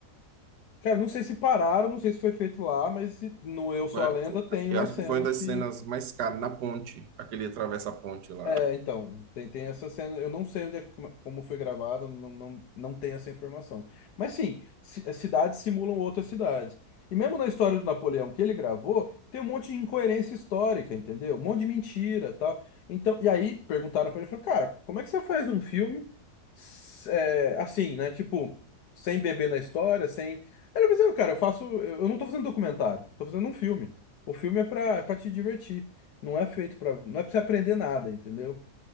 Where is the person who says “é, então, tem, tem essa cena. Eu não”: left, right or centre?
Left